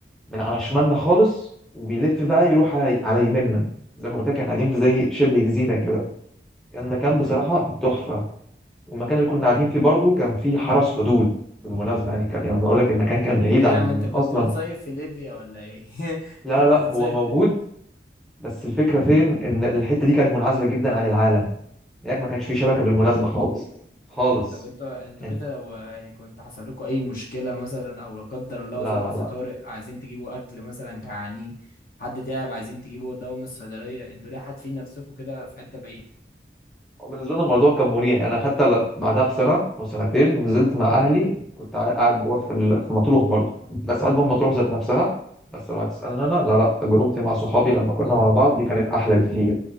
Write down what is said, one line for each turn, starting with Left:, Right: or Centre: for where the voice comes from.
Centre: من على شمالنا خالص وبيلف بقى يروح على على يميننا زي ما قلت لك احنا قاعدين في زي شبه جزيره كده كان مكان بصراحه تحفه والمكان اللي كنا قاعدين فيه برضو كان فيه حرس حدود بالمناسبه يعني كان يعني بقول لك المكان كان بعيد
Left: ليه
Centre: عن
Left: يا عم انت كنت
Centre: اصلا
Left: بتصيف في ليبيا ولا ايه <laughs>
Centre: لا
Left: كنت
Centre: لا
Left: بتصيف
Centre: لا، هو موجود
Left: في ليبيا.
Centre: بس الفكرة فين إن الحتة دي كانت منعزلة جدا عن العالم هناك ما كانش في شبكة بالمناسبة خالص خالص
Left: طب انتوا انتوا
Centre: انت
Left: كده لو يعني كنت حصل لكم اي مشكلة مثلا او لا قدر الله
Centre: لا
Left: ظرف
Centre: لا لا
Left: طارئ عايزين تجيبوا اكل مثلا جعانين حد تعب عايزين تجيبوا دواء من الصيدلية انتوا ليه حاتفين نفسكم كده في حتة بعيدة
Centre: وبالنسبة لنا الموضوع كان مريح يعني أنا حتى ل- بعدها بسنة أو سنتين نزلت مع أهلي كنت قاع- قاعد جوه في ال- في مطروح برضه بس قاعد جوه مطروح ذات نفسها بس لو هتسألني أنا لا لا تجربتي مع صحابي لما كنا مع بعض دي كانت أحلى بكتير